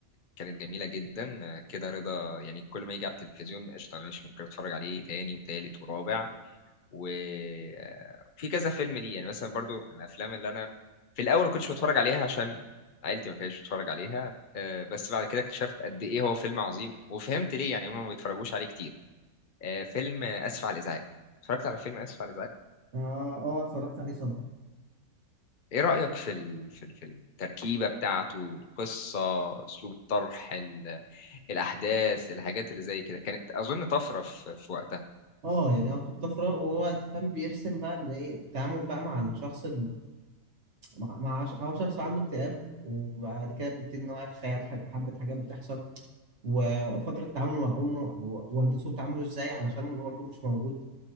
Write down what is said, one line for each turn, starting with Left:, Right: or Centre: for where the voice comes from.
Left: كانت جميلة جدا آه، كده رضا يعني كل ما يجي على التلفزيون قشطة ماشي ممكن اتفرج عليه تاني وتالت ورابع وفي كذا فيلم ليه يعني مثلا برضو من الافلام اللي انا في الاول ما كنتش بتفرج عليها عشان عيلتي ما كانتش بتتفرج عليها آه، بس بعد كده اكتشفت قد ايه هو فيلم عظيم وفهمت ليه يعني هم ما بيتفرجوش عليه كتير آه، فيلم آه، اسف على الازعاج اتفرجت على فيلم اسف على الازعاج
Right: اه اه اتفرجت عليه طبعا
Left: ايه رأيك في ال... في ال- في التركيبة بتاعته القصة اسلوب الطرح ال... الاحداث الحاجات اللي زي كده كانت اظن طفرة في, في وقتها
Right: اه يعني هو كان طفره وهو أنت فاهم بيرسم بقى اللي ايه التعامل بقى مع الشخص مع مع ش- هو شخص عنده اكتئاب وبعد كده بيبتدي ان هو يتخيل ح- حبة حاجات بتحصل وفترة تعامله مع أمه أو والدته بتعامله ازاي علشان والده مش موجود